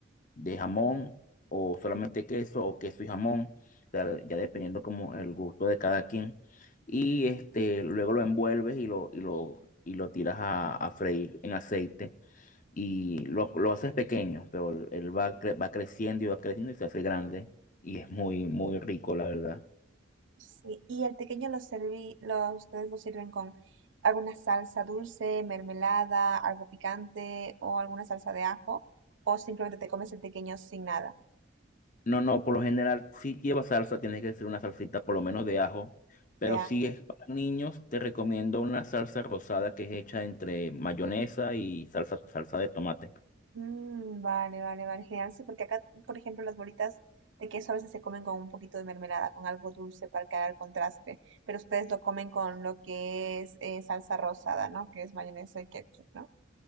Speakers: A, on the left; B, on the right.
A: de jamón o solamente queso o queso y jamón, ya, ya dependiendo como el gusto de cada quien. Y este, luego lo envuelves y lo, y lo, y lo tiras a, a freír en aceite y lo, lo haces pequeño, pero él va, cre- va creciendo y va creciendo y se hace grande y es muy, muy rico, la verdad.
B: Sí, y el pequeño lo serví, lo, ustedes lo sirven con alguna salsa dulce, mermelada, algo picante o alguna salsa de ajo, o simplemente te comes el pequeño sin nada
A: No, no, por lo general, si lleva salsa, tienes que hacer una salsita por lo menos de ajo. Pero
B: de ajo.
A: si es para niños, te recomiendo una salsa rosada que es hecha entre mayonesa y salsa, salsa de tomate.
B: Mm, vale, vale, vale, genial. Sí, porque acá, por ejemplo, las bolitas de queso a veces se comen con un poquito de mermelada, con algo dulce para crear el contraste, pero ustedes lo comen con lo que es eh, salsa rosada, ¿no? Que es mayonesa y ketchup, ¿no?